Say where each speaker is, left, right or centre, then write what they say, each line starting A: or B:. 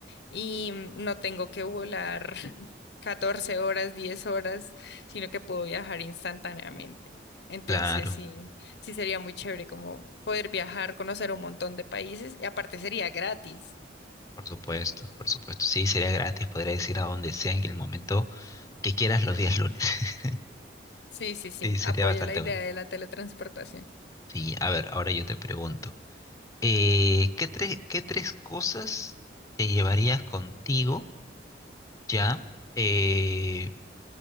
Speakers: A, on the left; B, on the left.
A: y mm, no tengo que volar <laughs> 14 horas, 10 horas, sino que puedo viajar instantáneamente. Entonces
B: Claro,
A: sí, sí sería muy chévere como poder viajar, conocer un montón de países, y aparte sería gratis.
B: por supuesto, por supuesto. Sí, sería gratis, podrías ir a donde sea en el momento que quieras los días lunes. <laughs>
A: Sí, sí, sí,
B: Sí, sería
A: apoyo
B: bastante
A: la idea
B: bueno.
A: de la teletransportación.
B: Sí, a ver, ahora yo te pregunto, eh, ¿qué tres, qué tres cosas te llevarías contigo ya eh,